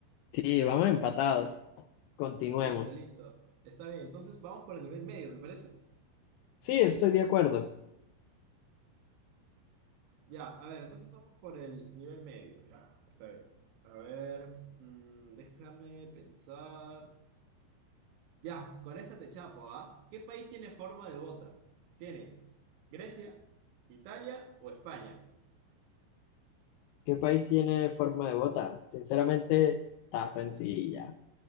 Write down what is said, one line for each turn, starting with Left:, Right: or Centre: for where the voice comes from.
Left: Sí, vamos empatados. Continuemos.
Right: Listo, listo. Está bien. Entonces, vamos por el nivel medio, ¿te parece?
Left: Sí, estoy de acuerdo.
Right: Ya, a ver, entonces vamos por el nivel medio, ya. Está bien. A ver, mm, déjame pensar. Ya, con esta te chapo, ¿ah? ¿Qué país tiene forma de bota? ¿Tienes Grecia, Italia o España?
Left: ¿Qué país tiene forma de bota? Sinceramente, está sencilla.